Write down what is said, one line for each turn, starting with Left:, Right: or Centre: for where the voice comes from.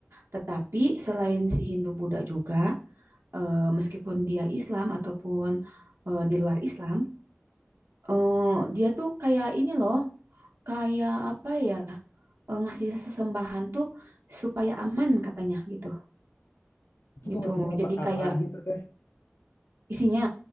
Right: tetapi selain si Hindu-Buddha juga, eh, meskipun dia Islam ataupun eh, di luar Islam, eh, dia tuh kayak ini loh, kayak apa ya? eh, ngasih sesembahan tuh supaya aman katanya gitu
Left: itu
Right: gitu
Left: tuh ngasihnya apa
Right: jadi
Left: apa
Right: kayak
Left: aja tuh teh
Right: isinya